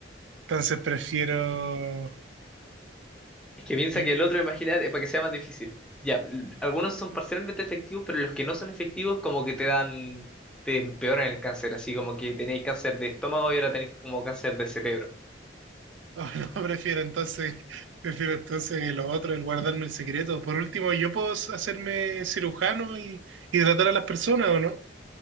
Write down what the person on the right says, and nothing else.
Entonces prefiero...
¿sí?
Oh, <laughs> no, prefiero entonces, <laughs> prefiero entonces lo otro, el guardarme el secreto. Por último, yo puedo s- hacerme cirujano y, y tratar a las personas, ¿o no?